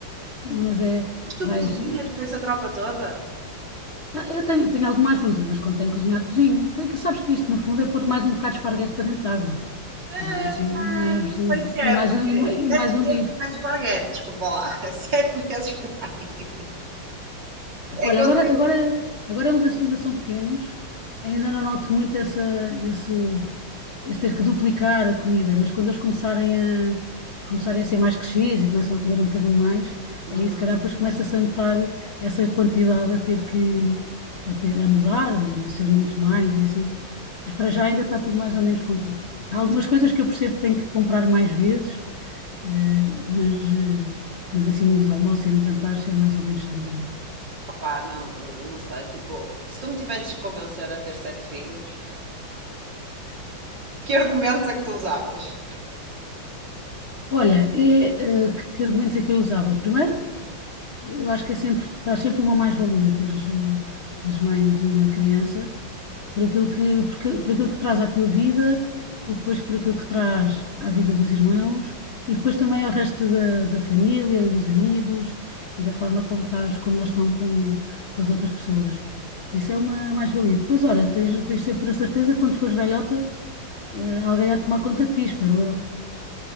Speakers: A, on the left; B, on the right.
A: mas é,
B: Mas tu
A: vais...
B: cozinhas para essa tropa toda?
A: Ah, Eu tenho, tenho alguma ajuda, mas quando tenho que cozinhar, cozinho. Tem que- Sabes que isto, no fundo, é pôr mais um bocado de esparguete para dentro de água.
B: Ah,
A: Não é assim, não
B: ah,
A: é
B: não
A: preciso.
B: sei se é,
A: E mais
B: porque
A: um, e mais e
B: é
A: mais
B: sete
A: um
B: vezes
A: bife.
B: mais esparguete, desculpa lá, <laughs> é sete vezes mais. É
A: Olha,
B: quando...
A: agora, agora, agora eles ainda são pequenos, ainda não noto muito essa, esse, esse ter que duplicar a comida, mas quando eles começarem a, começarem a ser mais crescidos e começam a comer um bocadinho mais,
B: Uhum.
A: aí se calhar depois começa-se a notar essa quantidade a ter que, a ter, a mudar e a ser muito mais e assim. mas para já ainda está tudo mais ou menos controlado. Há algumas coisas que eu percebo que tenho que comprar mais vezes, eh, mas, eh, mas assim nos almoços e nos jantares é mais ou menos tranquilo.
B: Opá, não, não sei, tipo, se tu me tivesses que convencer a ter sete filhos, que argumentos é que tu usavas?
A: Olha, é, eh, que, que argumentos é que eu usava? Primeiro, eu acho que é sempre, traz sempre uma mais-valia teres, eh, teres mais uma criança por aquilo que, por, que- por aquilo que traz à tua vida e depois por aquilo que traz à vida dos irmãos e depois também ao resto da, da família e dos amigos e da forma como estás, como eles estão com, com as outras pessoas. Isso é uma mais-valia. Depois, olha, tens, tens sempre a certeza que quando fores velhota, eh, alguém há de tomar conta de ti, espero eu.